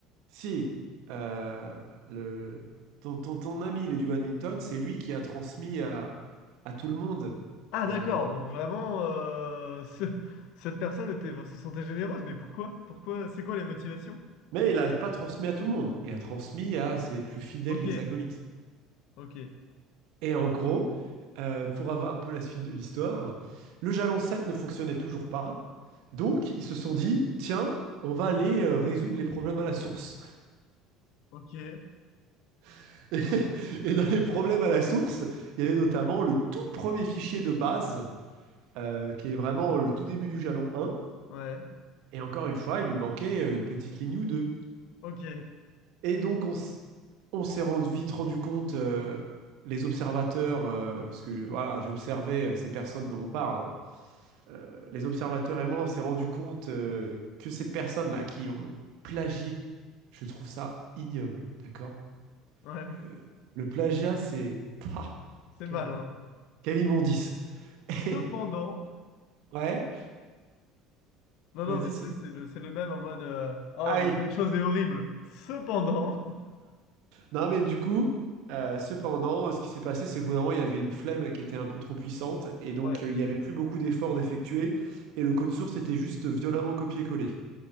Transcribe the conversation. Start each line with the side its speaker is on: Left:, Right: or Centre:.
Right: si. euh, le... ton, ton, ton ami, il est du badminton, c'est lui qui a transmis à, à tout le monde
Left: Ah
Right: la...
Left: d'accord, donc vraiment euh, ce- cette personne était se sentait généreuse, mais pourquoi? Pourquoi? C'est quoi les motivations?
Right: Mais il n'a pas transmis à tout le monde. Il a transmis à ses plus fidèles
Left: Ok,
Right: acolytes.
Left: ok,
Right: Et en gros, euh, pour avoir un peu la suite de l'histoire, le jalon 7 ne fonctionnait toujours pas. Donc, ils se sont dit, tiens, on va aller euh, résoudre les problèmes à la source.
Left: ok,
Right: <laughs> Et, et dans les problèmes à la source, il y avait notamment le tout premier fichier de base, euh, qui est vraiment le tout début du jalon 1.
Left: ouais,
Right: Et encore une fois, il lui manquait euh, une petite ligne ou deux.
Left: ok,
Right: Et donc, on, s- on s'est rendu- vite rendu compte, euh, les observateurs, euh, parce que je- voilà, j'ai observé euh, ces personnes dont on parle, hein, euh, les observateurs et moi, on s'est rendu compte euh, que ces personnes-là qui ont plagié, je trouve ça ignoble, d'accord?
Left: ouais,
Right: Le, le plagiat, c'est... Pah,
Left: c'est
Right: quelle,
Left: mal, hein.
Right: quelle immondice. <laughs>
Left: Cependant,
Right: Ouais,
Left: non
Right: vas-y,
Left: non mais tu
Right: ce...
Left: sais c'est le c'est le même en mode euh, oh
Right: Ah oui,
Left: mais cette chose est horrible. Cependant,
Right: non mais du coup, euh, cependant, euh, ce qui s'est passé, c'est qu'au bout d'un moment, il y avait une flemme qui était un peu trop puissante, et donc
Left: <laughs> ouais,
Right: euh, il n'y avait plus beaucoup d'efforts d'effectuer, et le code source était juste violemment copié-collé.